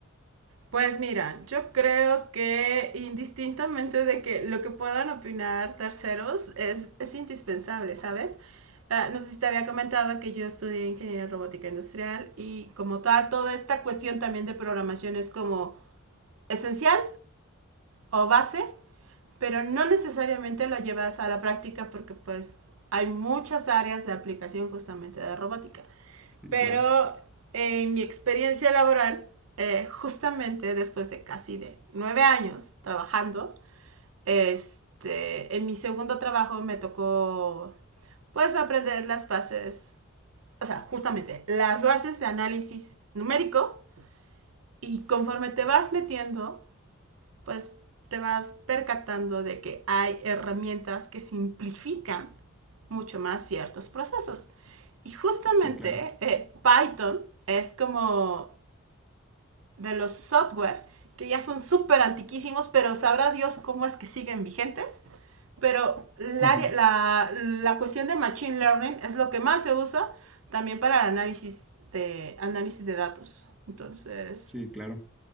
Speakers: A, on the right; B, in the centre.
A: Pues mira, yo creo que indistintamente de que lo que puedan opinar terceros es, es indispensable, ¿sabes? Ah, no sé si te había comentado que yo estudié ingeniería robótica industrial y como tal, toda esta cuestión también de programación es como esencial o base, pero no necesariamente lo llevas a la práctica porque pues hay muchas áreas de aplicación justamente de robótica.
B: Sí,
A: Pero
B: claro,
A: en mi experiencia laboral, eh, justamente después de casi de nueve años trabajando, este, en mi segundo trabajo me tocó, pues, aprender las bases, o sea, justamente las bases de análisis numérico y conforme te vas metiendo, pues, te vas percatando de que hay herramientas que simplifican mucho más ciertos procesos. Y justamente
B: sí, claro.
A: eh, Python es como de los software, que ya son súper antiquísimos, pero sabrá Dios cómo es que siguen vigentes. Pero la,
B: <laughs>
A: la, la cuestión de Machine Learning es lo que más se usa también para el análisis de, análisis de datos. Entonces,
B: Sí, claro.